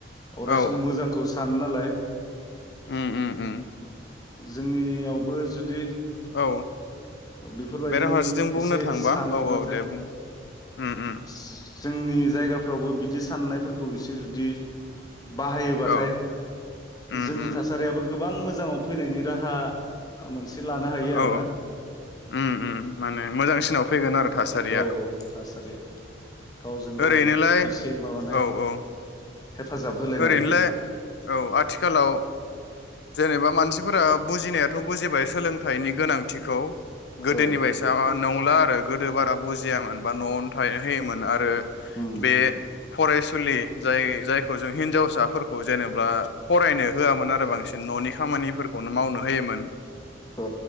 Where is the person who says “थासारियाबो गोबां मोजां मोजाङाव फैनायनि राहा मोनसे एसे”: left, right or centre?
Left